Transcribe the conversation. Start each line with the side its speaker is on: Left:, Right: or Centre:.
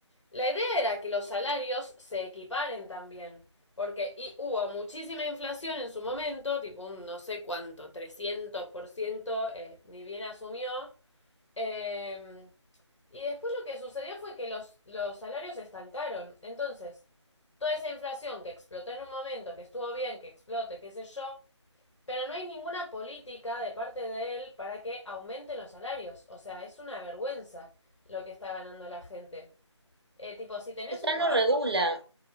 Left: la idea era que los salarios se equiparen también. Porque y hubo muchísima inflación en su momento, tipo un no sé cuánto, 300%, eh, ni bien asumió. Eh, y después lo que sucedió fue que los, los salarios estancaron. Entonces, toda esa inflación que explotó en un momento, que estuvo bien, que explote, qué sé yo, pero no hay ninguna política de parte de él para que aumenten los salarios. O sea, es una vergüenza lo que está ganando la gente. Eh, tipo, si tenés
Right: Ya
Left: un trabajo...
Right: no regula,